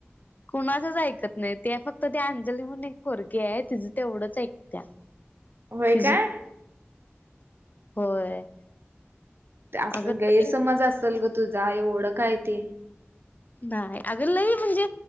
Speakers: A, on the left; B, on the right.
A: कुणाचच ऐक ऐकत नाही फक्त ती अंजली म्हणून एक पोरगी हाय तिच तेवढंच ऐकत्या.
B: होय
A: तिची
B: काय?
A: होय.
B: अस
A: अगं
B: गैरसमज असेल ग तुझा. एवढं काय ती
A: नाही अग लही म्हणजे